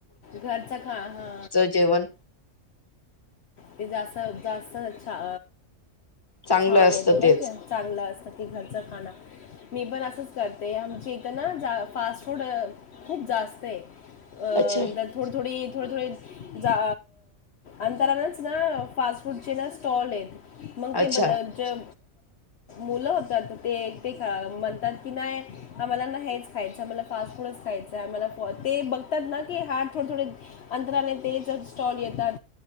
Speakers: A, on the left; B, on the left.
A: घरच ख हा
B: जेवण
A: ते जास्त जास्त छ
B: चांगलं
A: छान
B: असतं
A: येतो
B: तेच
A: ना की चांगलं असतं की घरचं खाणं मी पण असंच करते आमच्या इथं ना जा फास्ट फूड खूप जास्त आहे.. अं
B: अच्छा
A: थोडी थोडी थोडे थोडे जा अंतरानच ना फास्ट फूडचे ना स्टॉल आहेत.. मग
B: अच्छा
A: ते बद ज.. मुलं होतात ते ते म्हणतात की नाही आम्हाला ना हेच खायचं.. फास्ट फूडच खायच आम्हाला ते बघतात ना की ह. थोडे थोडे अंदर आला तेल चचा स्टॉल येतात.